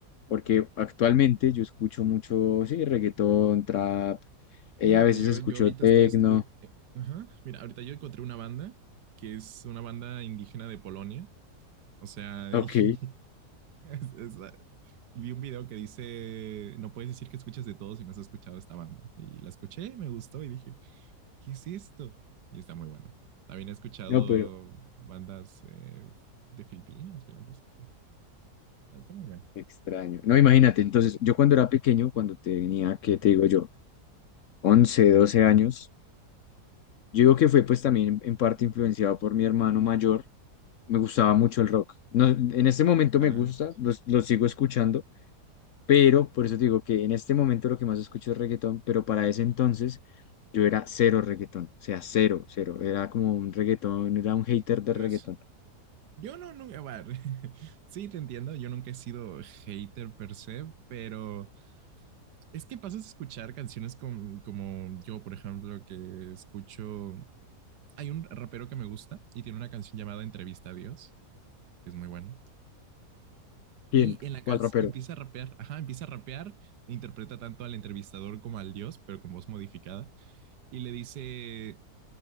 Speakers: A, on the left; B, on the right.
A: porque actualmente yo escucho mucho, sí, reggaetón, trap, eh,
B: Mírate,
A: a veces
B: yo,
A: escucho
B: yo ahorita
A: tecno.
B: estoy... es- eh,
A: <laughs>
B: eh, ajá. Mira, ahorita yo encontré una banda que es una banda indígena de Polonia. O sea,
A: Ok,
B: y <laughs> es- es- ah, vi un video que dice, no puedes decir que escuchas de todo si no has escuchado esta banda. Y la escuché, me gustó y dije, ¿qué es esto? Y está muy bueno. También he escuchado
A: no, pero
B: bandas eh, de Filipinas, finlandesas. Está muy bueno.
A: extraño. No, imagínate, entonces, yo cuando era pequeño, cuando tenía, ¿qué te digo yo? 11, 12 años, yo digo que fue pues también en parte influenciado por mi hermano mayor me gustaba mucho el rock. No, en este momento
B: Ah,
A: me gusta,
B: sí.
A: lo, lo sigo escuchando, pero por eso te digo que en este momento lo que más escucho es reggaetón, pero para ese entonces yo era cero reggaetón, o sea, cero, cero. Era como un reggaetón, era un hater
B: Yo
A: de reggaetón.
B: eso. Yo no, nunca, bueno, <laughs> sí, te entiendo, yo nunca he sido hater per se, pero es que pasas a escuchar canciones con- como yo, por ejemplo, que escucho, hay un rapero que me gusta y tiene una canción llamada Entrevista a Dios, que es muy buena.
A: ¿Quién?
B: Y en la canción
A: ¿Cuál rapero?
B: empieza a rapear, ajá, empieza a rapear, e interpreta tanto al entrevistador como al dios, pero con voz modificada, y le dice,